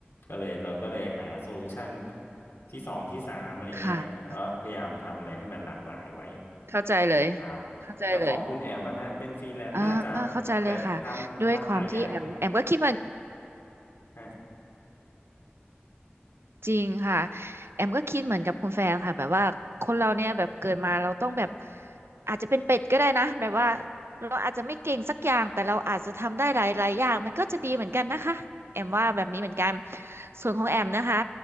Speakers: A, on the left (about 80°); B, on the right (about 75°).
A: ก็เลยเราก็เลยหาโซลูชันที่สองที่สามอะไรเงี้ยเออพยายามทำอะไรให้มันหลากหลายไว้
B: ค่ะ เข้าใจเลย
A: ครับ
B: เข้าใจเลย
A: แล้วของคุณแอมนะฮะเป็นฟรีแลนซ์น่าจะ
B: อ่าเข้าใจเลยค่ะ
A: แบบทำทำหลายอย่าง
B: ด้วยความที่แอมแอมก็คิดว่า
A: ฮะ
B: จริงค่ะแอมก็คิดเหมือนกับคุณแฟร์ค่ะแบบว่าคนเราเนี่ยแบบเกิดมาเราต้องแบบอาจจะเป็นเป็ดก็ได้นะแบบว่าเราอาจจะไม่เก่งสักอย่างแต่เราอาจจะทำได้หลายหลายอย่างมันก็จะดีเหมือนกันนะคะแอมว่าแบบนี้เหมือนกันส่วนของแอมนะคะ